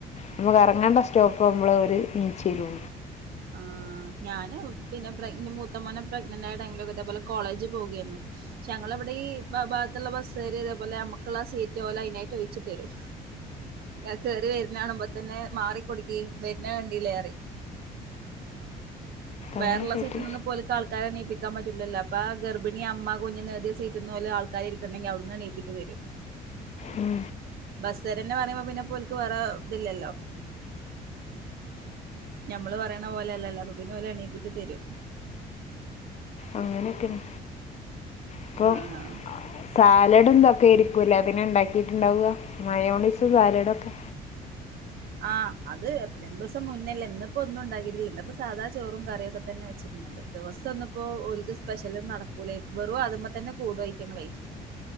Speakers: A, on the left; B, on the right.
A: നമ കറ ർങ്ങണ്ട സ്റ്റോപ്പാവുമ്പളെ ഓല് നീച്ചെരുള്ളൂ
B: ആ ഞാന് പിന്നെ പ്രഗ് മൂത്ത മോനെ പ്രഗ്നനെന്റായ ടൈമിലൊക്ക ഇതേപോലെ കോളേജ് പോകേന്നു ശെ ഞങ്ങളെവടീ ഭ ഭാഗത്ത്ള്ള ബസ്സാര് ഇതേപോലെ ഞമ്മക്ക്ള്ളാ സീറ്റ് ഓലയ്നായിട്ട് ഒയ്ച്ച്ട്ടെരും ഞാൻ കേറി വെര്ണ കാണുമ്പോത്തെന്നെ മാറി കൊട്ക്കി വെര്നെ കണ്ടിലെ പറയും വേറെള്ള
A: അങ്ങനെയൊക്കെ
B: സീറ്റ്ന്നൊന്നുംപ്പോല്ക്ക്
A: ആയിട്ട്
B: ആൾക്കാരെ ണീപ്പി ക്കാൻ പറ്റൂല്ലല്ലോ അപ്പാ ഗർഭിണി അമ്മ കുഞ്ഞ്ന്നെഴുതിയ സീറ്റ്ന്നോല് ആൾക്കാരിക്ക്ണ്ടെങ്കില് അവ്ട് ന്ന് എണീപ്പിച്ച് തെരും
A: ഉം
B: ബസ്സാരെന്നെ പറയുമ്പോ പിന്നെപ്പോൽക്ക് വേറെ ഇത് ല്ലല്ലോ ഞമ്മള് പറയണ പോലല്ലല്ലോ അപ്പൊപ്പിന്നോല് എണീപ്പിച്ച് തെരും
A: അങ്ങനൊക്കെണ് ഇപ്പൊ
B: ആഹ്
A: സാലഡും ഇതൊക്കെരിക്കൂല്ലേ അതിന് ണ്ടാക്കിറ്റ്ണ്ടാവ മയോണയ്സും സാലഡൊക്കെ
B: ആ അത് രണ്ടുസം മുന്നല്ലേ ഇന്ന്പ്പോ ഒന്നും ഉണ്ടാക്കിട്ടില്ല ഇന്ന്പ്പോ സാധാ ചോറും കറിം ഒക്കെ തന്നെ വെച്ച്ക്ക്ന്നത് ദിവസം ന്ന്പ്പോ ഓൽക്ക് സ്പെഷ്യലൊന്നും നടക്കൂലേ വെറും അതുമത്തെന്നെ കൂടും ഐറ്റങ്ങളേ